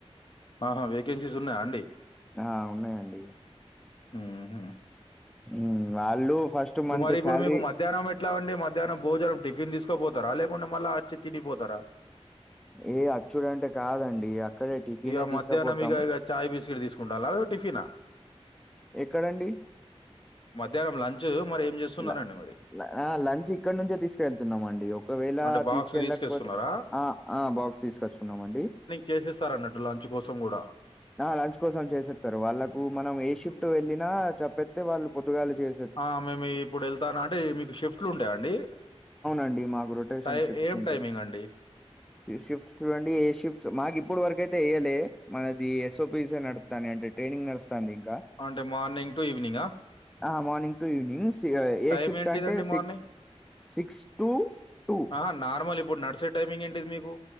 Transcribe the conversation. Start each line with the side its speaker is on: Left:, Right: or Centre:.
Left: ఆహా వేకెన్సీస్ ఉన్నాయా అండి
Centre: ఆ ఉన్నయండి
Left: మ్మ్.
Centre: ఉమ్ వాళ్ల్ళు ఫస్ట్ మంత్
Left: రుమారిపుర్
Centre: శాలరీ
Left: మీకు మాక్ మధ్యాహ్నం ఎట్లా అండి మధ్యాహ్నం భోజనం టిఫిన్ తీసుకపోతరా లేకుంట మళ్ళ అచ్చి తినిపోతారా
Centre: ఏ అచ్చుడు అంటే కాదండి అక్కడే టిఫినే
Left: ఇక
Centre: తీసుకపోతాం
Left: మధ్యాహ్నం ఇక ఇక చాయ్ బిస్కెట్ తీసుకుంటాలా టిఫినా
Centre: ఎక్కడండి
Left: మధ్యాహ్నం లంచ్ మరి ఏం చేస్తున్నారండి
Centre: ల
Left: మరి
Centre: ఆ లంచ్ ఇక్కడ నుంచే తీసుకెళ్తున్నామ అండి ఒకవేళ
Left: అంటే బాక్స్
Centre: తీసుకెళ్ళకపోతే
Left: తీసుకొస్తున్నారా
Centre: ఆ ఆ బాక్స్ తీసుకొచ్చుకున్నామండి
Left: చేసేస్తారన్నట్టు లంచ్ కోసం కూడా
Centre: ఆ లంచ్ కోసం చేసేత్తారు వాళ్ళలకు మనం ఏ షిఫ్ట్
Left: హ్మ్.
Centre: వెళ్ళినా చెప్పేత్తే వాళ్ళు పొద్దుగాలు చేస్
Left: ఆ మేము ఇప్పుడు ఎళ్తాను అంటే మీకు షిఫ్ట్లు ఉంటాయా అండి
Centre: అండి మాకు రొటేషన్
Left: టై
Centre: షిప్ట్స్
Left: ఏం
Centre: ఉంటాయి
Left: టైమింగ్ అండి
Centre: షిఫ్ట్స్ చూడండి ఏ షిఫ్ట్స్ మాకు ఇప్పుడు వరకు అయితే ఏయ్యలే మన ఇది ఎస్ఓపిసి నడుత్తాని అంటే ట్రైనింగ్ నడుస్తాంది ఇంకా
Left: అంటే మార్నింగ్ టు ఈవెనింగ్ ఆ
Centre: ఆ మార్నింగ్ టు ఈవవినింగ్స్ ఇక ఏ
Left: టైం
Centre: షిఫ్ట్
Left: ఏంటిదండి
Centre: అంటే six
Left: morning
Centre: six two two
Left: ఆహా నార్మల్ ఇప్పుడు నడిసే టైమింగ్ ఏంటిది మీకు